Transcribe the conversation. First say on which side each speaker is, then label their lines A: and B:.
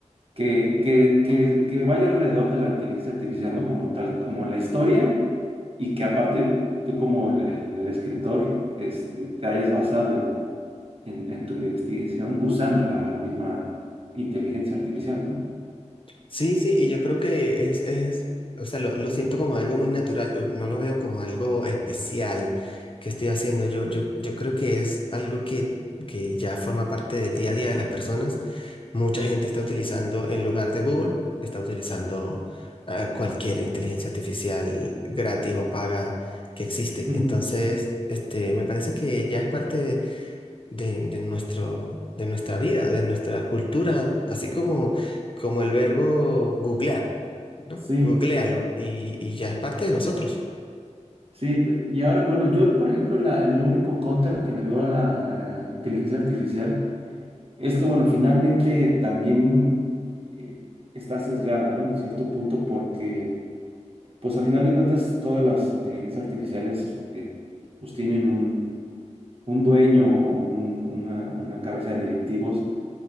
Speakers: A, on the right; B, on the left.
A: que, que, que, que vaya alrededor de la inteligencia artificial, ¿no? Como tal, como la historia, y que aparte tú como el, el- el escritor, este, te hayas basado en en, en tu investigación usando la, la misma inteligencia artificial, ¿no?
B: Sí, sí, y yo creo que es, es o sea, lo, lo siento como algo muy natural, o no lo veo como algo especial que estoy haciendo. Yo, yo, yo creo que es algo que, que ya forma parte del día a día de las personas. Mucha gente está utilizando, en lugar de Google, está utilizando eh, cualquier inteligencia artificial gratis o paga que existe.
A: Ujú.
B: Entonces, este, me parece que ya es parte de, de nuestro, de nuestra vida, de nuestra cultura, así como, como el verbo googlear, ¿no?
A: Sí,
B: Googléalo y, y ya es parte de nosotros.
A: sí. pe- Y ahora, bueno, yo, por ejemplo, la, el único contra que le veo a la, a la inteligencia artificial es que, bueno, finalmente también eh, está sesgada, ¿no? En cierto punto, porque, pues, al final de cuentas, todas las inteligencias artificiales, eh, pues, tienen un, un dueño o un- una, una cabeza de directivos